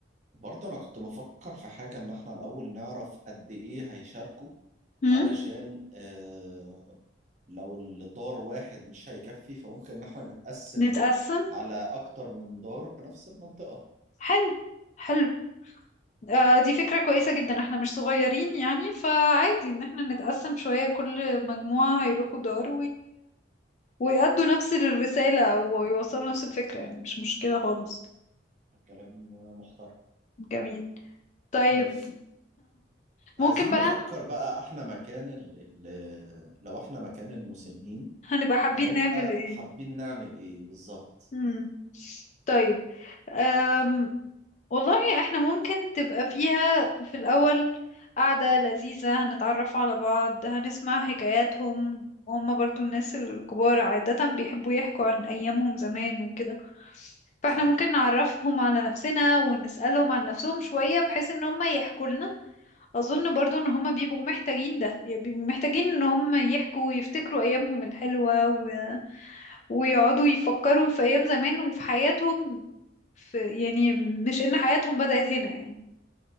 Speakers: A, on the right (about 40°); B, on the left (about 40°).
A: برضه أنا كنت بفكر في حاجة إن إحنا الأول نعرف قد إيه هيشاركوا
B: هم؟
A: علشان آه لو الدار واحد مش هيكفي فممكن إن إحنا نتقسم
B: نتقسم
A: على أكتر من دار في نفس المنطقة
B: حلو حلو آه دي فكرة كويسة جدا احنا مش صغيرين يعني فعادي ان احنا نتقسم شوية كل مجموعة هيروحوا دار ويأدوا نفس الرسالة أو يوصلوا نفس الفكرة يعني مش مشكلة خالص
A: كلام محترم
B: جميل طيب
A: طيب
B: ممكن
A: عايزين
B: بقى
A: نفكر بقى إحنا مكان ال ال لو إحنا مكان المسنين
B: هنبقى حابين
A: هنبقى
B: نعمل ايه
A: حابين نعمل إيه بالظبط
B: مم. طيب أم. والله احنا ممكن تبقى فيها في الأول قعدة لذيذة هنتعرف على بعض هنسمع حكاياتهم وهم برضو الناس الكبار عادة بيحبوا يحكوا عن أيامهم زمان وكده فاحنا
A: صح
B: ممكن نعرفهم على نفسنا ونسألهم عن نفسهم شوية بحيث ان هم يحكوا لنا اظن برضو ان هما بيبقوا محتاجين ده يعني بيبقوا محتاجين ان هما يحكوا ويفتكروا ايامهم الحلوة و... ويقعدوا يفكروا في ايام زمان وفي حياتهم في يعني مش ان حياتهم بدأت هنا يعني